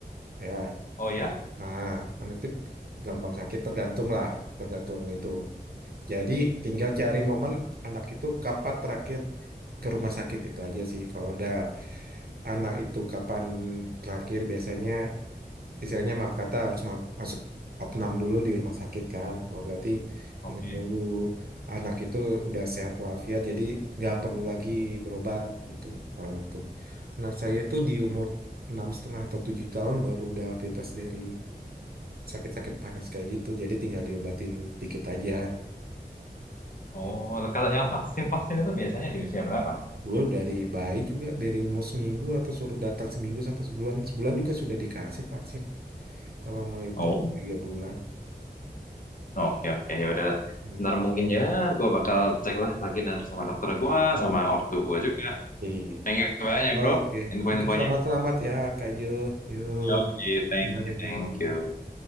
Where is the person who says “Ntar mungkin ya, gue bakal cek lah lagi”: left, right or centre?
Left